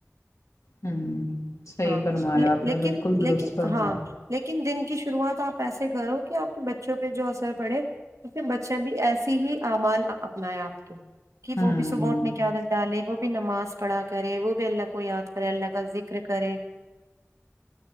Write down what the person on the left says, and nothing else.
ہوں صحیح
فرمایا آپ
نے بالکل درست
فرمایا
ہوں